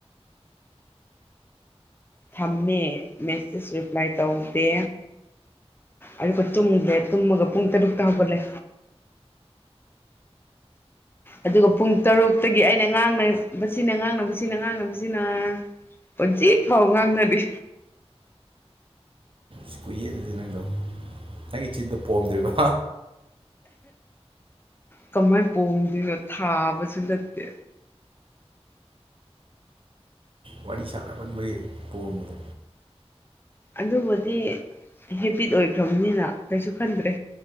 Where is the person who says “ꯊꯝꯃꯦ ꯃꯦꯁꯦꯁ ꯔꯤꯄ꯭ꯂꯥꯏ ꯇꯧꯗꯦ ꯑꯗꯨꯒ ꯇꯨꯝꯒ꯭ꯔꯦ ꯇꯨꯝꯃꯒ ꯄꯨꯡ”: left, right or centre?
Left